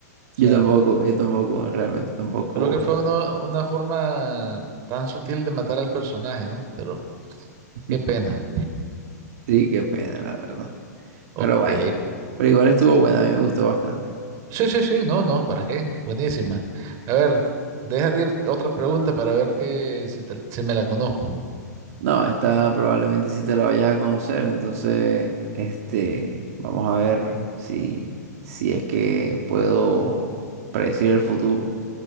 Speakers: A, on the right (about 35°); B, on the right (about 55°).
A: O
B: Yo
A: sea,
B: tampoco, yo tampoco, realmente tampoco.
A: creo que fue uno- una forma tan sutil de matar al personaje, ¿no? Pero
B: <laughs>
A: qué pena.
B: Sí, qué pena, la verdad.
A: Ok.
B: Pero bueno, pero igual estuvo buena, a mí me gustó bastante.
A: Sí, sí, sí, no, no, ¿para qué? Buenísima. A ver, déjate ir otra pregunta para ver que, si, te- si me la conozco.
B: No, esta probablemente si te la vayas a conocer, entonces, este, vamos a ver si, si es que puedo predecir el futuro.